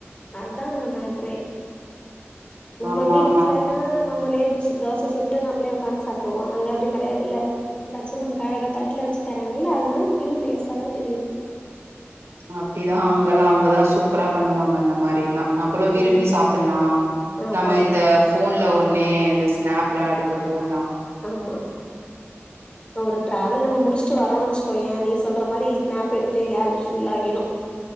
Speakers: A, on the left (about 25°); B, on the right (about 80°).
A: அதா அங்க மேட்ரே நம்ம
B: ஆமா,
A: வீட்லனா
B: ஆமா.
A: நம்மளே தோச தோச சுட் டு நம்மளே உக்காந்து சாப் ட்டோ அங்க அப்டி கெடையாதுல்ல எதாச்சு நமக்கு அழகா தட்டுல வச்சு தராங்கல்ல அதனால நமக்கு இன்னு டேஸ்டாதா தெரியு
B: அப்டிதா அங்கெல்லா அங்கதா சூப்பரா பண்ணுவாங்க அந்த மாரில்லா நம்பளு விரும்பி
A: ம்.
B: சாப்டலா
A: ஆமா,
B: நம்ம இந்த ஃபோன்ல ஒன்னே இந்த ஸ்னாப் ப்லா எடுத்து போட்லா
A: ஆமா ஒரு டிராவல் நம்ம முடிச்சுட்டு வரோனு வச்சுக்கோய நீஸ் சொல்ற மாரி ஸ்நாப் எடுத்தே கேலரி ஃபுல்லாகிடு